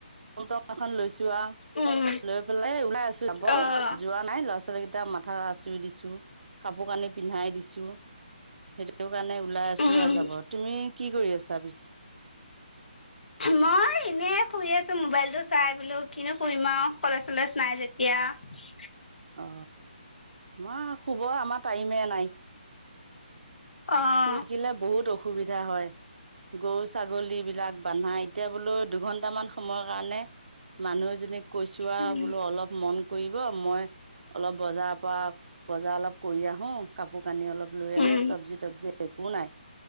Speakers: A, on the right; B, on the left.
A: এ লৈছো। লোৱা
B: উম,
A: লৈ পেলাই ওলাই আছো, যাব
B: অ'
A: যোৱা নাই ল'ৰা -ছো ছোৱালীকেইটাৰ মাথা আচুৰি দিছো, কাপোৰ কানি পিন্ধাই দিছো। সেইটো কাৰণে ওলাই আছো
B: উম,
A: আৰু যাব তুমি কি কৰি আছা পিছে?
B: মই এনে শুই আছো, মোবাইল টো চাই বোলো কিনো কৰিম আৰু কলেজ কলেজ নাই যেতিয়া। য়া।
A: অ মই শুব আমাৰ টাইমে নাই।
B: অ'
A: শুই থাকিলে বহুত অসুখ সুবিধা হয়, গৰু ছাগলী বিলাক বনাই এতিয়া বোলো দুঘণ্টামান সময়ৰ কাৰণে মানুহ এজনীক কৈছোৱা
B: উম,
A: বোলো অলপ মন কৰিব মই অলপ বজাৰ পৰা বজাৰ অলপ কৰি আহো কাপোৰ পানী অলপ লৈ
B: উম,
A: আহোঁ চব্জি তবজি একো নাই